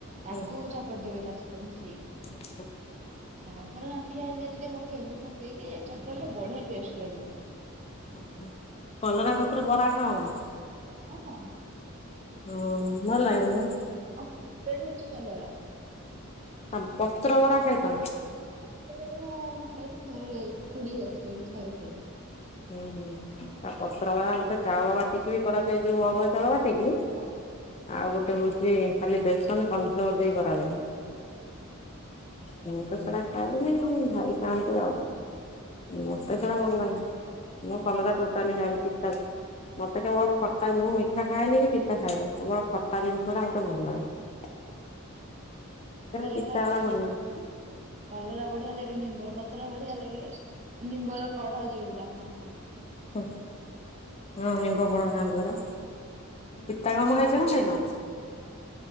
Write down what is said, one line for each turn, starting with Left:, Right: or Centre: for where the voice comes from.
Right: ତାକୁ
Left: ହୁଁ
Right: ଚକଟି ଦେବେ ତା ସହି ତମିସ
Left: <inaudible>
Right: ତାପରେ ଗାଣ୍ଠିଆ ହାରିକା ଯଦି ପକେଇବେ ପକେଇକି ଚକଡ଼ଲେ ବଢିଆ ଟେଷ୍ଟ ଲାଗିବ।
Left: ଓୋ ହୋ କଲରା ପତ୍ର ବରା ଖାଅ ନା?
Right: ହଁ।
Left: ହଁ ଭଲ ଲାଗେ ତମକୁ?
Right: ମୋ ଫେବ୍ ରେଟ ହଉଛି କଲରା।
Left: ଆଉ ପତ୍ର ବରା ଖାଇଛ ନା?
Right: ପତ୍ର ବରା ମୁଁ ଖାଇଛି ଥରେ ଖୁଡ଼ୀ କରିଥିଲେ ଥରେ ଖାଇଛି।
Left: ହୁଁ ହୁଁ ତା ପତ୍ର ବରା ଗୋଟେ ଚାଉଳ ବାଟିକି ବି କରାଯାଏ ଯୋଉ ଅରୁଆ ଚାଉଳ ବା ଟିକି
Right: ହଁ ହଁ
Left: ଆଉ ଗୋ ଟେ ହଉଛି ଖାଲି ବେସନ କର୍ଣ ଫ୍ଲୋର୍ ଦେଇ କରାଯାଏ।
Right: ହୁଁ।
Left: ମୁଁ ତ ସେଡା ଖାଏନି ଭାଇ ଖାଆନ୍ତି ଆଉ ମତେ ସେଡା ଭଲ ଲାଗେନି। ମୁଁ କଲରା
Right: ମତେ
Left: ଟୋଟାଲି
Right: ବଢିଆ
Left: ଖାଏ
Right: ଲାଗେ
Left: ପିତା। ମତେ କେବଳ ଖଟା ନୁ ମୁଁ ମିଠା ଖାଏନି କି ପିତା ଖାଏନି କେବଳ ଖଟା ଜିନିଷଡା ମୋତେ ଭଲ ଲାଗେ। ସେଟା
Right: କଲରାଟା
Left: ପିତାଗୁଡା ଭଲ ନୁହେଁ
Right: କଲରା ବଢିଆ ଲାଗେ। ନିମ୍ବ ପତ୍ର ବଢିଆ ଲାଗେ। ନିମ୍ବର କଢ ଯୋଉଟା ଖାଆନ୍ତି।
Left: ହଁ ହଁ ନିମ୍ଭ କଢ଼ ଖାନ୍ତିିପରା।
Right: ହଁ ତାକୁ
Left: ପିତା
Right: ବି ଭଲ
Left: କାମ
Right: ଲାଗେ
Left: ଖାଇଛ ନା ଖାଇନ?
Right: ଆଁ